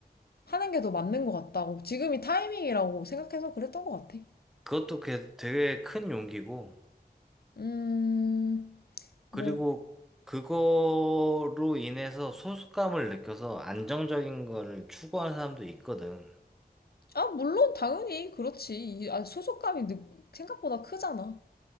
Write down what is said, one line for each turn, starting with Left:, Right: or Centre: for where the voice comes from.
Left: 하는 게 더 맞는 것 같다고. 지금이 타이밍이라고 생각해서 그랬던 것 같아.
Centre: 그것도 게- 되게 큰 용기고,
Left: 음,
Centre: 그리고
Left: 뭐,
Centre: 그거로 인해서 소속감을 느껴서 안정적인 거를 추구하는 사람도 있거든.
Left: 아, 물론 당연히 그렇지. 이- 아, 소속감이 느- 생각보다 크잖아.